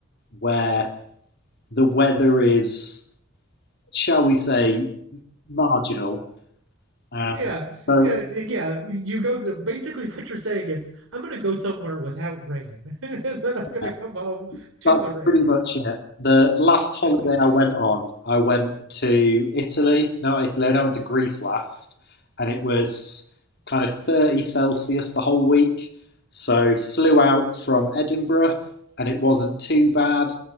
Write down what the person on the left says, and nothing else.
where the weather is, shall we say, marginal. Um,
so
yeah,
That's
pretty much it. The last
holiday I went on, I went to Italy. No, not Italy. I went to Greece last, and it was kind of 30 Celsius the whole week. So flew out from Edinburgh, and it wasn't too bad.